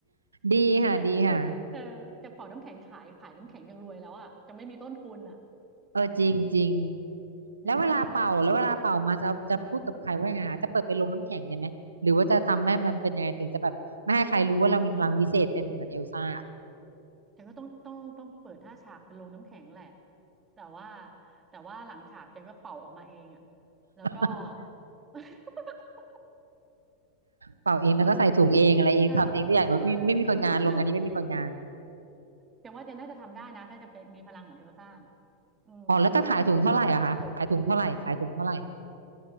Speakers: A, on the right (about 75°); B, on the right (about 20°).
A: ดีค่ะดีค่ะ
B: <laughs> แต่ถ้จะเออจะเป่าน้ำแข็งขายขายน้ำแข็งยังรวยแล้วอ่ะจะไม่มีต้นทุนอ่ะ
A: เออจริงจริงแล้วเวลาเป่าแล้วเวลาเป่ามาจะจะพูดกับใครว่ายังไงคะจะเปิดเป็นโรงน้ำแข็งได้ไหมหรือว่าจะทำให้มันเป็นยังไงถึงจะแบบไม่ให้ใครรู้ว่าเรามีพลังวิเศษเป็นเหมือนเอลซ่า
B: ดีไหมดีไหมเออแต่ก็ต้องต้องต้องเปิดหน้าฉากเป็นโรงน้ำแข็งแหละแต่ว่าแต่ว่าหลังฉากเจังก็เป่าออกมาเองอ่ะแล้วก็
A: <laughs>
B: <laughs>
A: เป่าเองแล้วก็ใส่ถุงเองอะไรเองทำเองทุกอย่างแบบไม่ไม่มีคนงานโรงงานนี้ไม่มีคนงาน
B: เปิดใช่มา <laughs> เจัง <laughs> ว่าเจังน่าจะทำได้นะถ้าจะเป็นมีพลังเหมือนเอลซ่าน่ะอืมน่าจะทำคนเดียวปิดจบ
A: อ๋อแล้วจะขายถุงเท่าไหร่อะคะขายถุงเท่าไหร่ขายถุงเท่าไหร่